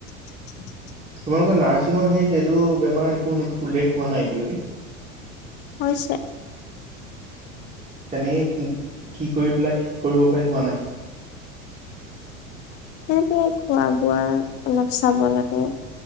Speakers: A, on the left; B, on the right.
A: <inaudible>
B: তোমালোকৰ নাৰ্ছিঙৰ হেৰিত এইটো বেমাৰ একো উল্লেখ হোৱা নাই এতিয়ালকে?
A: হৈছে।
B: কেনেকে কি কৰি পেলাই ঠিক কৰিব পাৰি হোৱা নাই?
A: সেইটোৱে খোৱা বোৱা অলপ চাব লাগে।